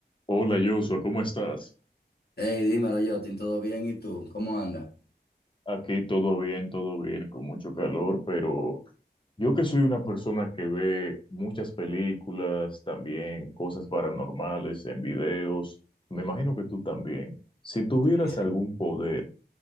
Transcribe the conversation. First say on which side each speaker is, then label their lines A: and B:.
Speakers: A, on the left; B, on the left.
A: Hola Joshua, ¿cómo estás?
B: Hey, dímelo, Jotin, ¿todo bien? ¿Y tú? ¿Cómo andas?
A: Aquí todo bien, todo bien, con mucho calor, pero yo que soy una persona que ve muchas películas, también cosas paranormales en videos, me imagino que tú también. Si tuvieras
B: Sí, sí.
A: algún poder,